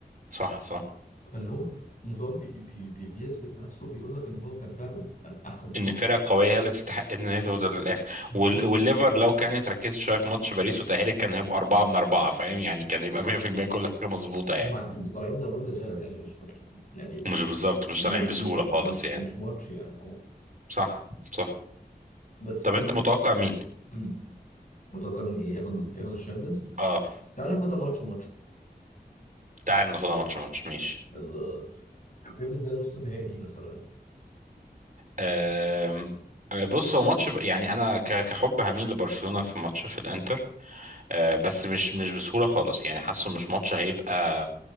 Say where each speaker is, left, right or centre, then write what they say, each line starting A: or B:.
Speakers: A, on the right; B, on the left.
A: صح صح
B: فاللي هو نظام بي... بي... بي... بيثبت نفسه بيقول لك ان هو كان فعلا كان احسن بكتير
A: ان فرقه قويه هي اللي تستحق ان هي تفضل للاخر
B: بالظبط
A: وال- والليفر لو كانت ركزت شويه في ماتش باريس وتاهلت كان هيبقى اربعه من اربعه فاهم يعني كان يبقى 100% كل حاجه مظبوطه يعني
B: هما دي طالعين ضربات جزاء يعني مش يعني يعني
A: مش بالظبط مش
B: مش
A: طالعين بسهوله
B: مش
A: خالص
B: مش
A: يعني
B: مش ماتش يعني اه
A: صح صح
B: بس
A: طب
B: في
A: انت
B: نفس
A: متوقع
B: ال...
A: مين؟
B: مم. متوقع مين ايه ياخد ياخد الشامبيونز
A: اه
B: تعال ناخدها ماتش ماتش
A: تعال ناخدها ماتش ماتش ماشي
B: ال- شايف ازاي نص النهائي مثلا
A: أم... بص هو ماتش ب... يعني انا ك... كحب هميل لبرشلونه في ماتش في الانتر آه، بس مش مش بسهولة خالص يعني حاسه مش ماتش هيبقى